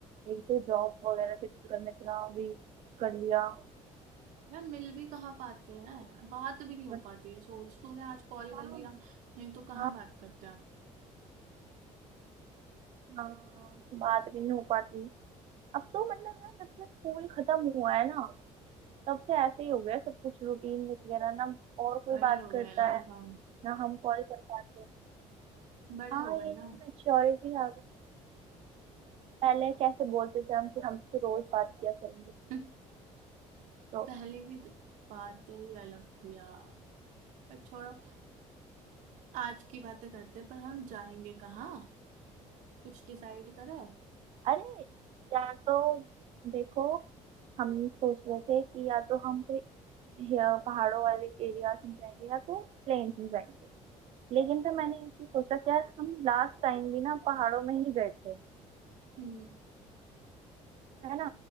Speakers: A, on the right; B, on the right.
A: एक तो जॉब वगैरह के चक्कर
B: तो
A: में इतना भी कर लिया
B: यार मिल भी कहाँ पाते हैं बात भी नहीं हो
A: बट
B: पाती है सोच तूने आज कॉल
A: हाँ
B: कर लिया नहीं तो कहाँ
A: हाँ
B: बात करते आप
A: हाँ बात भी नहीं हो पाती अब तो मतलब यार जब से स्कूल खत्म हुआ है ना तब से ऐसे ही हो गया है सब कुछ रूटीन वगैरह ना और कोई
B: बड़े
A: बात
B: हो
A: करता
B: गए ना अब
A: है
B: हम
A: ना हम कॉल कर पाते हैं
B: बड़े
A: हाँ
B: हो गए
A: ये
B: ना
A: ये मेच्योरिटी आ गई पहले कैसे बोलते थे हम कि हमसे रोज बात किया करेंगे
B: <laughs>
A: तो
B: पहले की तो बातें ही अलग थी यार पर छोड़ो आज की बातें करते हैं, पर हम जाएंगे कहाँ कुछ डिसाइड करा
A: अरे या तो देखो हम सोच रहे थे कि या तो हम कोई हिल- पहाड़ों वाले एरियाज में जाएंगे या तो प्लेन्स में जाएंगे लेकिन फिर मैंने ये चीज सोचा कि यार हम लास्ट टाइम भी ना पहाड़ों में ही गए थे
B: हम्म
A: है ना